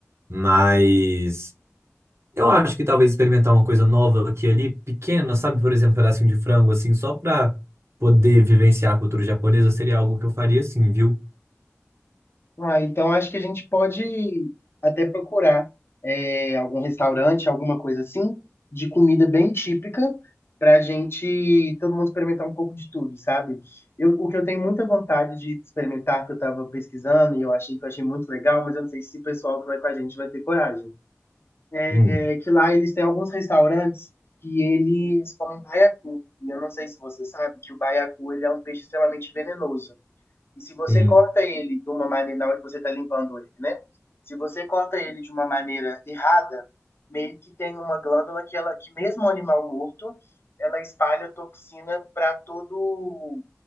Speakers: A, on the right; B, on the left.
A: Mas. Eu acho que talvez experimentar uma coisa nova aqui e ali, pequena, sabe? Por exemplo, um pedacinho de frango, assim, só pra poder vivenciar a cultura japonesa, seria algo que eu faria, assim, viu?
B: Ah, então acho que a gente pode até procurar é, algum restaurante, alguma coisa assim, de comida bem típica, para a gente, todo mundo experimentar um pouco de tudo, sabe? Eu, o que eu tenho muita vontade de experimentar, que eu estava pesquisando e eu achei que eu achei muito legal, mas eu não sei se o pessoal que vai com a gente vai ter coragem. É
A: Hum.
B: que lá eles têm alguns restaurantes que eles comem baiacu. E eu não sei se você sabe que o baiacu ele é um peixe extremamente venenoso. E se você
A: Sim.
B: corta ele de uma maneira, na hora que você está limpando ele, né? Se você corta ele de uma maneira errada, meio que tem uma glândula que ela, que mesmo o animal morto, ela espalha toxina para todo